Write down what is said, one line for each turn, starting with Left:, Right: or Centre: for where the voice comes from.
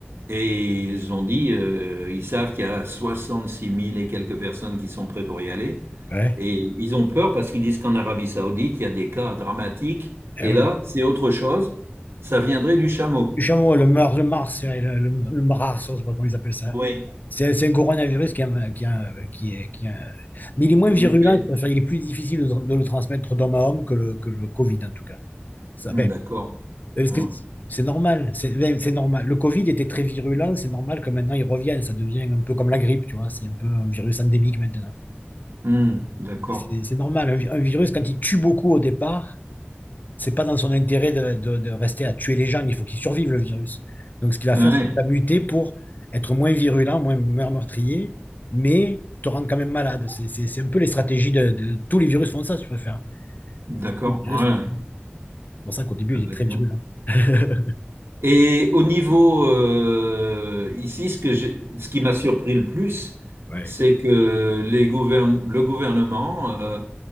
Right: Et ils ont dit, euh, ils savent qu'il y a soixante-six mille et quelques personnes qui sont prêtes pour y aller.
Left: ouais,
Right: Et ils ont peur parce qu'ils disent qu'en Arabie Saoudite, il y a des cas dramatiques.
Left: eh
Right: Et
Left: ouais.
Right: là, c'est autre chose. Ça viendrait du chameau.
Left: Le chameau, le mars, le mars, ouais, le, le, le mars, je sais pas comment ils appellent ça.
Right: Oui.
Left: C'est c'est un coronavirus qui, est qui, est qui est, qui est Mais il est moins
Right: Qui
Left: virulent,
Right: est muté?
Left: quoi. Enfin, il est plus difficile de, de le transmettre d'homme à homme que le, que le Covid, en tout cas. Ça,
Right: Hmm,
Left: ben,
Right: D'accord.
Left: parce
Right: Hum.
Left: que c'est normal, c'est ben, c'est normal. Le Covid était très virulent, c'est normal que maintenant il revienne. Ça devient un peu comme la grippe, tu vois. C'est un peu un virus endémique maintenant.
Right: Hum, D'accord.
Left: C'est c'est normal. Un, vi- un virus, quand il tue beaucoup au départ, c'est pas dans son intérêt de, de- de rester à tuer les gens. Il faut qu'il survive, le virus. Donc, ce qu'il va
Right: Ouais.
Left: faire, c'est qu'il va muter pour être moins virulent, moins, moins meurtrier, mais te rendre quand même malade. C'est c'est- c'est un peu les stratégies de, de- Tous les virus font ça, si tu préfères.
Right: D'accord.
Left: Et tous les virus
Right: Ouais.
Left: font-
Right: ouais.
Left: C'est pour ça qu'au début,
Right: Ah
Left: il
Right: bah
Left: est très
Right: dis donc.
Left: virulent. <laughs>
Right: Et au niveau euh, ici, ce que j'ai- ce qui m'a surpris le plus,
Left: Ouais,
Right: c'est que les gouvern- le gouvernement euh,